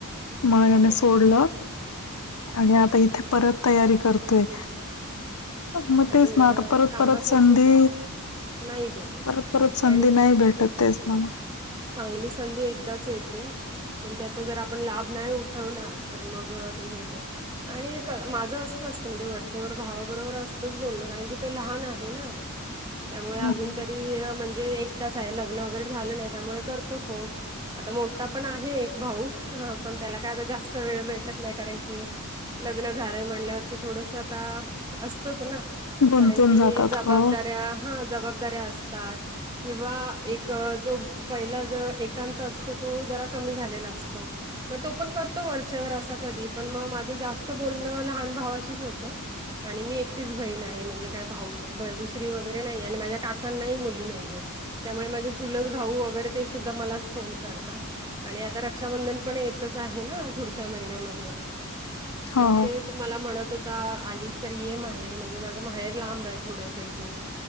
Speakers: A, on the left; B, on the right.
A: मग याने
B: अरेरे!
A: सोडलं आणि आता इथे परत तयारी करतोय मग
B: नाही
A: तेच
B: गं
A: ना आता परत
B: कामाचं
A: परत संधी
B: असंच असतं. नाही भेटत
A: परत परत संधी
B: आणि
A: नाही भेटत तेच ना मग
B: चांगली संधी एकदाच येते पण त्याचा जर आपण लाभ नाही उठवला तर मग ते हे होतं आणि माझं असंच असतं म्हणजे वरच्यावर भावाबरोबर असत ब कारण क तो ल आहे त्यामुळे
A: हम्म.
B: अज म्हणजे एकटच आहे लग्न वगैरे झालं नाही त्यामुळे करतो फोन आता मोठा पण आहे एक भाऊ पण त्याला काय आता जास्त वेळ भेटत नाही कारण की लग्न झालंय म्हणल्यावरती थोडस आता असतच ना
A: गुंतून
B: कारण की
A: जातात
B: जबाबदाऱ्या
A: हो.
B: हा जबाबदाऱ्या असतात किंवा एक जो पहिला ज एकांत असतो तो जरा कमी झालेला असतो मग तो पण करतो वरच्यावर असा कधी पण मग माझं जास्त बोलणं लहान भावाशीच होतं आणि मी एक ीच बहीण आहे म्हणजे काय भाऊ दुसरी वगैरे नाही आणि माझ्या काकांनाही मुली नाहीये त्यामुळे माझे चुलत भाऊ वगैरे ते सुद्धा मलाच फोन करतात आणि आता रक्षाबंधन पण येतच आहे ना पुढच्या महिन्यामध्ये
A: हो,
B: मग
A: हो.
B: ते मला म्हणत होता आलीच तर येम आहे म्हणजे माझं माहेर लांब आहे थोडस इथून